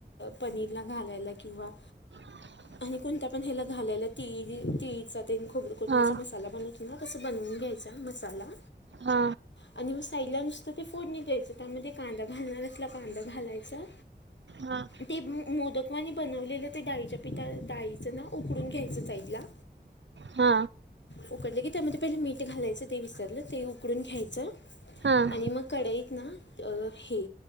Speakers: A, on the left (about 75°); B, on the right (about 80°).
A: पनीरला घालायला किंवा-
B: ह
A: आणि कोणत्या पण ह्याला घालायला. तिळी तिळीचा ते न खोबर कोथमिरचा
B: हा
A: मसाला बनवतो - -ना? तसं बनवून घ्यायचा मसाला.
B: हा.
A: आणि मग साईडला नुसतं ते फोडणी द्यायचं. त्यामध्ये कांदा घालणार असला कांदा घालायचा.
B: हां.
A: ते मोदकवानी बनवलेलं ते, डाळीच्या पिठा डाळीचं ना? उकडून घ्यायचं साईडला.
B: हा.
A: उकडलं की त्यामध्ये पहिलं मीठ घालायचं. ते विसरलं. ते उकडून घ्यायचं-
B: हां
A: आणि मग कढाईत ना? अ हे